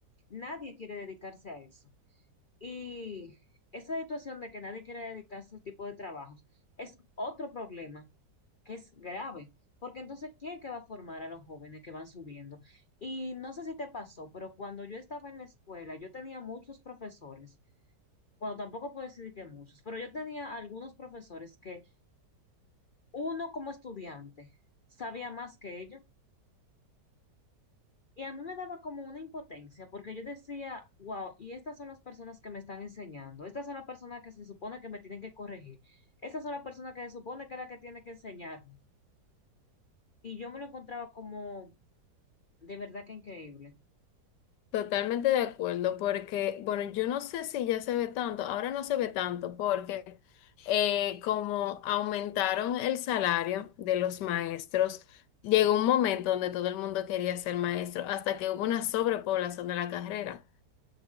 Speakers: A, on the left (about 55°); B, on the left (about 80°).
A: Nadie quiere dedicarse a eso. Y esa situación de que nadie quiere dedicarse a ese tipo de trabajos es otro problema que es grave, porque entonces, ¿quién es que va a formar a los jóvenes que van subiendo? Y no sé si te pasó, pero cuando yo estaba en la escuela, yo tenía muchos profesores, bueno, tampoco puedo decir que muchos, pero yo tenía algunos profesores que uno como estudiante sabía más que ellos Y a mí me daba como una impotencia, porque yo decía, wow, y estas son las personas que me están enseñando, estas son las personas que se supone que me tienen que corregir, estas son las personas que se supone que es la que tiene que enseñarme. Y yo me lo encontraba como de verdad que increíble.
B: Totalmente de acuerdo, porque, bueno, yo no sé si ya se ve tanto, ahora no se ve tanto, porque eh, como aumentaron el salario de los maestros, llegó un momento donde todo el mundo quería ser maestro, hasta que hubo una sobrepoblación de la carrera.